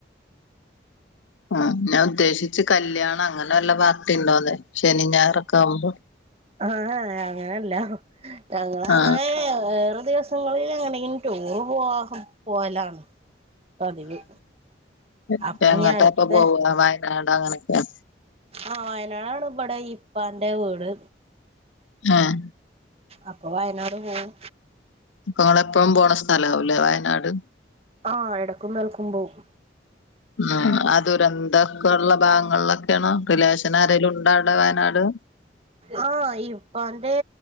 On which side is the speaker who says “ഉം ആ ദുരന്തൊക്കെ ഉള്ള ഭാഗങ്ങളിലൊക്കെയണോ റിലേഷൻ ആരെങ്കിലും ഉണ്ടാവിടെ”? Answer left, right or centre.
Left